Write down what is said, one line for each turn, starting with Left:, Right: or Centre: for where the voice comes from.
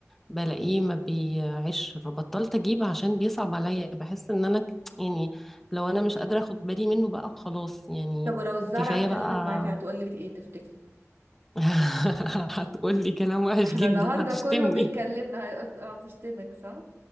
Centre: بلاقيه ما بيعيش فبطلت اجيب عشان بيصعب عليا بحس ان انا ك- يعني لو انا مش قادرة اخد بالي منه بقى خلاص يعني
Right: طب ولو الزرعة
Centre: كفاية
Right: اتكلمت
Centre: بقى
Right: معاكي هتقولك ايه تفتكري
Centre: <laughs> هتقولي كلام وحش
Right: ما احنا
Centre: جدا
Right: النهارده
Centre: هتشتمني
Right: كله بيكلمنا هي- هتشتمك صح؟